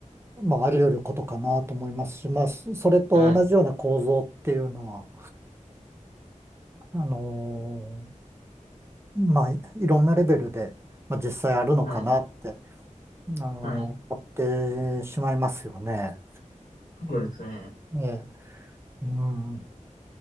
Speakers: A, on the right (about 20°); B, on the left (about 80°).
A: まあ、あり得ることかなと思いますし、まあ、そそれと同じような構造っていうのは、
B: はい、
A: あのーまあ、いいろんなレベルで、まあ、実際あるのかなって、
B: はい、
A: あの、
B: はい。
A: 思ってしまいますよね。
B: そうですね。
A: ええ、うん。